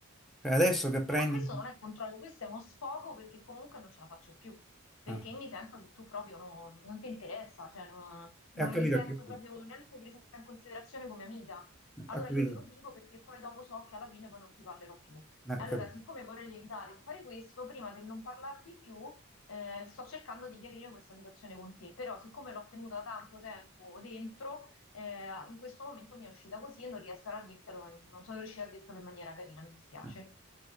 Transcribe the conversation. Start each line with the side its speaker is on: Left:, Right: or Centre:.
Centre: cioè adesso che prendi...
Left: Ma questo non è controllo, questo è uno sfogo perché comunque non ce la faccio più, perché
Centre: ah,
Left: mi sento che tu proprio non, non ti interessa, cioè non, non
Centre: eh, ho capito,
Left: mi sento
Centre: che-
Left: proprio neanche presa in considerazione come amica.
Centre: ho
Left: Allora
Centre: capito,
Left: io te lo dico perché poi dopo so che alla fine poi non ti parlerò più.
Centre: eh, ho
Left: Allora,
Centre: capito,
Left: siccome vorrei evitare di fare questo, prima del non parlarti più, eh, sto cercando di chiarire questa situazione con te, però siccome l'ho tenuta tanto tempo dentro, eh, in questo momento mi è uscita così e non riesco a dirtelo, non sono riuscita a dirtelo in maniera carina, mi dispiace.
Centre: eh,